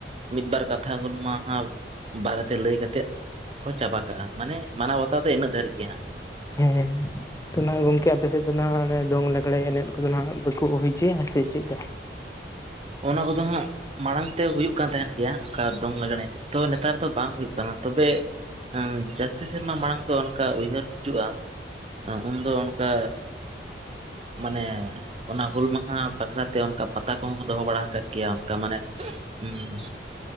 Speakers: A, on the right; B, on the left.
A: ᱢᱤᱫᱼᱵᱟᱨ ᱠᱟᱛᱷᱟ ᱦᱩᱞ ᱢᱟᱦᱟᱸᱼᱼ ᱵᱟᱨᱮ ᱛᱮ ᱞᱟᱹᱭ ᱠᱟᱛᱮᱜ ᱠᱚ ᱪᱟᱵᱟ ᱠᱟᱜᱼᱟ, ᱢᱟᱱᱮ ᱢᱟᱱᱟᱣ ᱵᱟᱛᱟᱣ ᱫᱚ ᱤᱱᱟᱹᱜ ᱫᱷᱟᱹᱨᱤᱡ ᱜᱮ ᱦᱟᱸᱜ᱾
B: ᱦᱮᱸ ᱛᱚ ᱚᱱᱟ ᱜᱚᱝᱠᱮ ᱟᱯᱮ ᱥᱮᱫ, <unintelligible> ᱦᱟᱱᱮ ᱫᱚᱝ ᱞᱟᱜᱽᱲᱮ ᱮᱱᱮᱡ ᱠᱚ ᱢᱮᱱᱟ ᱦᱟᱸᱜ ᱵᱟᱠᱚ ᱦᱩᱭ ᱪᱚᱭᱟ ᱥᱮ ᱪᱮᱫᱠᱟᱼᱼ
A: ᱚᱱᱟ ᱠᱚ ᱫᱚ ᱦᱟᱸᱜ ᱢᱟᱲᱟᱝ ᱛᱮ ᱦᱩᱭᱩᱜ ᱠᱟᱱ ᱛᱟᱦᱮᱱ ᱜᱮᱭᱟ ᱚᱱᱠᱟ ᱫᱚᱝ ᱞᱟᱜᱽᱬᱮ ᱮᱱᱮᱡ ᱛᱚ ᱱᱮᱛᱟᱨ ᱫᱚ ᱵᱟᱝ ᱦᱩᱭᱩᱜ ᱠᱟᱱᱟ ᱛᱚᱵᱮᱼᱼ ᱦᱩᱸ ᱡᱟᱹᱥᱛᱤ ᱥᱮᱨᱢᱟ ᱢᱟᱲᱟᱝ ᱫᱚ ᱚᱱᱠᱟ ᱩᱭᱦᱟᱹᱨ ᱦᱤᱡᱩᱜᱼᱟ ᱩᱱᱫᱚ ᱚᱱᱠᱟ ᱢᱟᱱᱮ ᱚᱱᱟ ᱦᱩᱞ ᱢᱟᱦᱟ ᱵᱟᱠᱷᱨᱟ ᱛᱮ ᱚᱱᱠᱟ ᱯᱟᱛᱟ ᱠᱚᱦᱚᱸ ᱠᱚ ᱫᱚᱦᱚ ᱵᱟᱲᱟ ᱟᱠᱟᱜ ᱜᱮᱭᱟ ᱚᱱᱠᱟ ᱢᱟᱱᱮ ᱦᱩᱸ